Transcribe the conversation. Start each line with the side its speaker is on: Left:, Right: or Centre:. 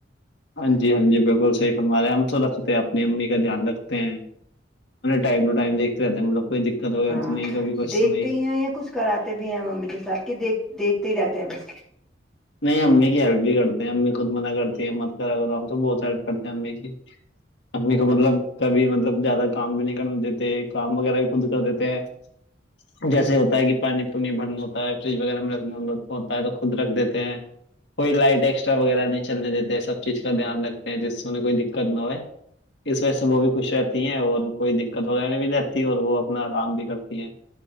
Left: ہاں جی ہاں جی بالکل صحیح فرمارے ہم تو رکھتے ہیں اپنی امی کا دھیان رکھتے ہیں ٹائم ٹو ٹائم دیکھتے رہتے ہیں انکو کوئی دقت وغیر
Centre: ہاں
Left: تو نہیں کبھی کچھ
Centre: دیکھتے
Left: تو نہیں
Centre: ہی ہیں یا کچھ کراتے بھی ہیں ممی کے ساتھ کہ دیک دیکھتے ہی رہتے ہیں بس
Left: نہیں امی کی ہیلپ بھی کرتے ہیں امی خود منع کرتی ہے مت کرا کرو ہم تو بہت ہیلپ کرتے ہیں امی کی امی کو مطلب کبھی مطلب زیادہ کام بھی نہیں کر دیتے کام وغیرہ بھی خود کر دیتے ہیں <unintelligible> جیسے ہوتا ہے کہ پانی پوانی بھرنا ہوتا ہے فریج وغیرہ میں رکھنا ہوتا ہے تو خود رکھ دیتا تے ہے کوئی لائٹ ایکسٹرا وغیرہ نہیں چلنے دیتے سب چیز کا دھیان رکھتے ہیں جس سےہیں کوئی دقت نہ ہوئے اس وجہ سے وہ بھی خوش رہتی ہیں اور کوئی دقت وغیرہ نہیں بھی رہتی ہے اور وہ اپنا آرام بھی کرتی ہیں